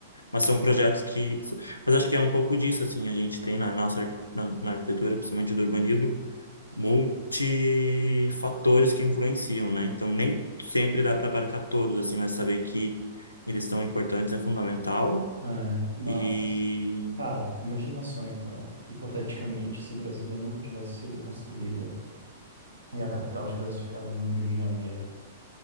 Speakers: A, on the left; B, on the right.
A: Mas são projetos que. Mas acho que é um pouco disso, assim, a gente tem na nossa arqu- na, na arquitetura, principalmente do urbanismo, multifatores que influenciam, né? Então, nem sempre dá para abarcar todos, assim, mas saber que eles são importantes é fundamental.
B: é, mas,
A: E
B: cara, imagina só então, hipoteticamente, se Brasília nunca tivesse sido construída e a capital tivesse ficado no Rio de Janeiro.